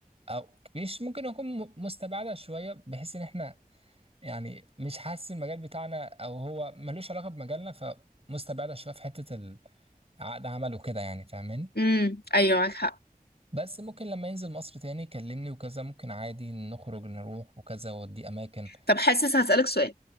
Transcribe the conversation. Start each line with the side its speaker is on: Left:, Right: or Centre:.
Right: او مش ممكن يكون م- مستبعده شويه بحيث ان احنا يعني مش حاسس المجال بتاعنا او هو ملوش علاقه بمجالنا فمستبعده شويه في حته ال- عقد عمل وكده يعني فاهماني
Left: امم ايوه معاك حق
Right: بس ممكن لما ينزل مصر تاني يكلمني وكذا ممكن عادي نخرج نروح وكذا ودي اماكن
Left: طب حاسس هسألك سؤال